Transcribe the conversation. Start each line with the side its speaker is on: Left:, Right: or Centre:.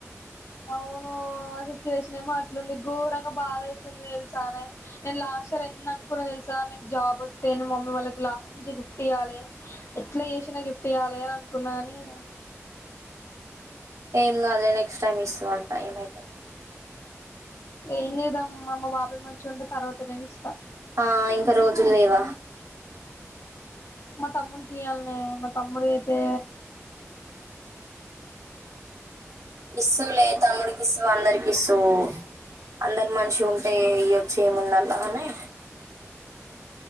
Left: అవునూ ఆ సిట్యుయేషనేమో అట్లుంది గోరంగా బాధైతుంది తెల్సానే నేన్ లాస్ట్ ఇయర్ ఎన్ననుకున్న తెల్ నాక్ జాబ్ ఒస్తే మమ్మీ వాళ్ళకి మంచి గిఫ్ట్ ఇయ్యాలి ఎట్లచేసన్న గిఫ్ట్ ఇయ్యాలే కున్నాగానీ ఇగ
Right: ఎంకాద్ లే నెక్స్ట్ టైమ్ ఇస్సువంట ఏమైతది
Left: ఏం చేదామ్మామ్మ మా బాబాయ్ మంచిగా ఉంటే తర్వాత నేనిస్తా
Right: ఆ ఇంకా రోజుళ్ళేవ
Left: మా తమ్మడికియాల్నే మా తమ్ముడైతే
Right: ఇస్తువ్లే తమ్ముడికి ఇస్తువ్ అందరికిస్తువ్ అందరు మంచిగుంటే ఇయ్యోచు ఏముందల్ల గాని